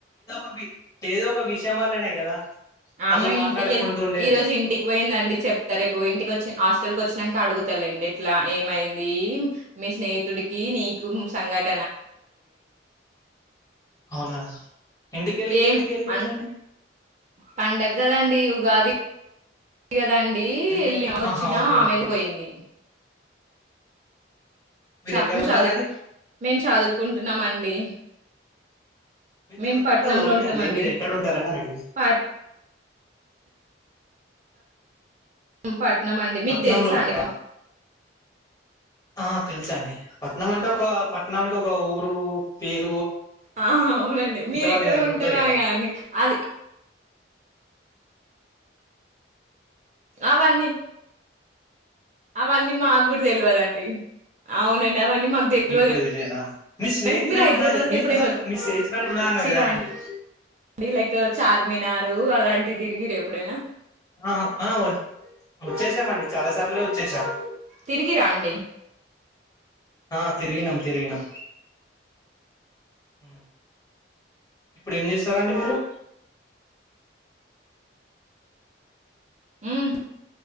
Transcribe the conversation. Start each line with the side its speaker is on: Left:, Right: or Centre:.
Left: అవి ఏదో ఒక విషయం వల్లనే కదా
Right: ఆమె
Left: అట్లా మాట్లాడకుంటూ
Right: ఇంటికెళ్ళి
Left: ఉండేది
Right: ఈ రోజు ఇంటికి పోయిందండి చెప్తా రేపు ఇంటికి వచ్చి హాస్టల్ కి వచ్చినంక అడుగుతడలేండి ఇట్లా ఏమైంది మీ స్నేహితుడికి నీకు సంగట్
Left: అవునా ఇంటికి వెళ్ళికి
Right: ఏం
Left: ఎందుకు వెళ్ళిందండి
Right: అన్ పండగ కదండి ఉగాది కదండి
Left: అంటే
Right: వెళ్ళి వచ్చినా
Left: ఆహా ఓకే
Right: ఆమెకు
Left: ఓకే
Right: పోయింది
Left: మీరు
Right: చ
Left: ఎక్కడ
Right: చదువు
Left: ఉంటారండి
Right: మేము చదువుకుంటున్నామండి
Left: మీరు
Right: మేము
Left: చదువుకుంటలు
Right: పట్నంలో
Left: ఓకే
Right: ఉంటామండి.
Left: అండి మీరు ఎక్కడ ఉంటారని అని అడిగిన
Right: పట్నం పట్నం అండి మీకు
Left: పట్నంలో
Right: తెలుసా
Left: ఉంటారా
Right: అండి
Left: ఆ తెలుసా అండి పట్నం అంటే ఒక పట్నాం కి ఒక ఊరు పేర్
Right: ఆహ్ అవునండి మీరు
Left: అనేది
Right: ఎక్కడ
Left: ఉంటుంటది
Right: ఉంటార
Left: కదా
Right: ఆయ కండి అది అవన్నీ అవన్నీ మా కూడా తెల్వదండి అవునన్ మాకు తెలవద్
Left: మీకు కూడా తెలియదా మీ స్నేహితురాలు
Right: కద మీరు హైదరాబాద్
Left: ఉన్నది
Right: కి
Left: మీ
Right: ఎప్పుడైనా
Left: ఆహా మీ స్నేహితురాలు ఉన్నా అన్నది
Right: వచ్చిరా
Left: కదండి
Right: అన్ లైక్ చార్మినార్ అలాంటిది. మీరు ఎప్పుడైనా
Left: ఆహ్ ఆ వచ్చేసామండి చాలా సార్లే వచ్చేసాం
Right: తిరిగి రండి
Left: ఆ తిరిగినం తిరిగినాం ఆ ఇప్పుడు ఏం చేస్తారండి మీరు
Right: ఉమ్